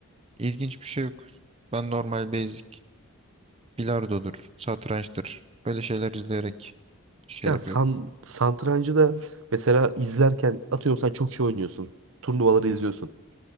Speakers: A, on the right; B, on the right.
A: ilginç bir şey yok. Ben normal basic bilardodur, satrançtır. Böyle şeyler izleyerek şey
B: Ya
A: yapıyorum.
B: san, satrancı da mesela izlerken atıyorum sen çok iyi oynuyorsun. Turnuvaları izliyorsun.